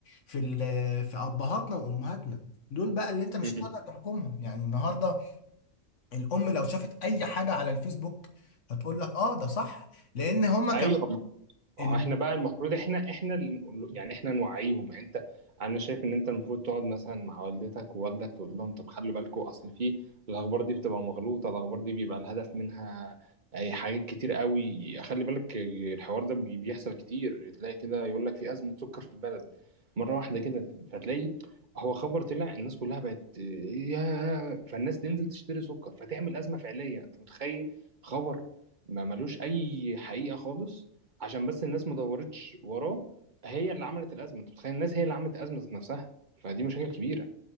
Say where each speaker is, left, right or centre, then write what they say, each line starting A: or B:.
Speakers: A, on the left; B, on the right.
A: في ال- في ابهاتنا وامهاتنا دول بقى اللي انت مش
B: مم.
A: هتقدر تحكمهم يعني النهارده الام لو شافت اي حاجه على الفيسبوك هتقول لك اه ده صح لان هما كمان
B: ايوه
A: ال...
B: اه احنا بقى المفروض احنا احنا اللي نقول له يعني احنا نوعيهم يعني انت انا شايف ان انت المفروض تقعد مثلا مع والدتك ووالدك تقول لهم طب خلوا بالكم اصل في الاخبار دي بتبقى مغلوطه الاخبار دي بيبقى الهدف منها اي حاجات كتير قوي خلي بالك الحوار ده بي- بيحصل كتير تلاقي كده يقول لك في ازمه سكر في البلد مره واحده كده فتلاقي هو خبر طلع الناس كلها بقت يا فالناس تنزل تشتري سكر فتعمل ازمه فعليه انت متخيل خبر ما ملوش اي حقيقه خالص عشان بس الناس ما دورتش وراه هي اللي عملت الازمه انت متخيل الناس هي اللي عملت ازمه ذات نفسها فدي مشاكل كبيره